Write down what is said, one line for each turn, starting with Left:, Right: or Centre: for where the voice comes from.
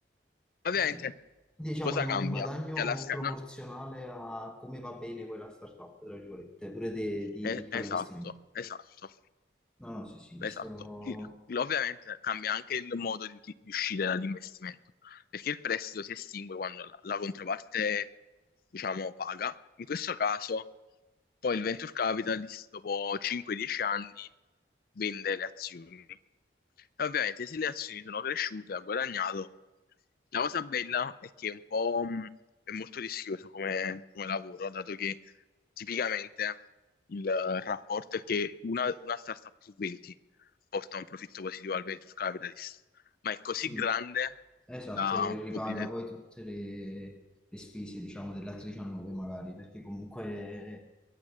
Left: Ovviamente,
Centre: Sì, sì. Quindi, Diciamo
Left: cosa
Centre: è un
Left: cambia?
Centre: guadagno
Left: Che alla sca-
Centre: proporzionale
Left: no,
Centre: a come va bene quella startup, tra virgolette, pure de- di,
Left: Eh,
Centre: di chi fa
Left: esatto,
Centre: l'investimento.
Left: esatto,
Centre: No, no, sì, sì, questo...
Left: esatto. Il- Ovviamente cambia anche il modo di, di uscire dall'investimento, perché il prestito si estingue quando la, la controparte, diciamo, paga. In questo caso, poi il venture capitalist, dopo 5-10 anni, vende le azioni. E ovviamente se le azioni sono cresciute, ha guadagnato. La cosa bella è che è un po' mh, è molto rischioso come, come lavoro, dato che tipicamente il eh, rapporto è che una, una startup su 20 porta un profitto positivo al venture capitalist, ma è così
Centre: Sì,
Left: grande
Centre: esatto,
Left: da
Centre: e ripaga
Left: coprire.
Centre: poi tutte le, le spese, diciamo, delle altre 19 magari, perché comunque